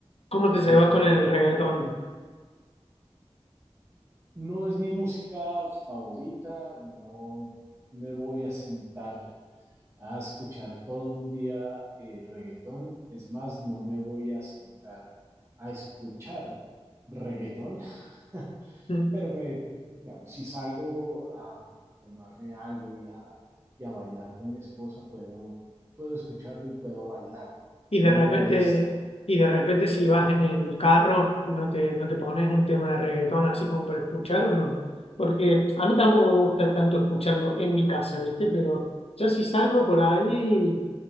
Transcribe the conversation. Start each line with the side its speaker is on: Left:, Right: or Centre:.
Left: ¿Cómo te llevas
Right: Eh,
Left: con el reggaetón?
Right: No es mi música favorita, no me voy a sentar a escuchar todo un día eh, reggaetón, es más, no me voy a sentar a escuchar reggaetón, <laughs>
Left: Mm.
Right: pero me, digamos, si salgo a, a tomarme algo y a, y a bailar con mi esposa, puedo, puedo escucharlo y puedo bailar,
Left: Y
Right: no
Left: de
Right: me
Left: repente,
Right: molesta.
Left: y de repente si vas en el carro, no te, no te pones un tema de reggaetón así como para escuchar o no. Porque a mí tampoco me gusta tanto escucharlo en mi casa, ¿viste? Pero yo si salgo por ahí,